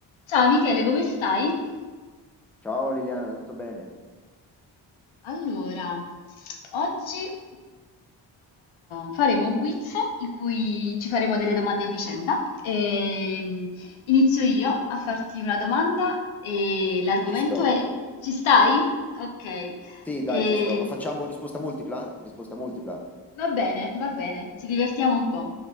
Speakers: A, on the left; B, in the centre.
A: Ciao Michele, come stai?
B: Ciao Liliana, tutto bene?
A: Allora, oggi eh, faremo un quiz in cui ci faremo delle domande a vicenda. E, mm, inizio io a farti una domanda e l'argomento
B: Ci sto.
A: è... Ci stai? Ok. Sì.
B: Sì, dai,
A: E-
B: ci sto. Ma facciamo risposta multipla? Risposta multipla.
A: Va bene, va bene, ci divertiamo un po'.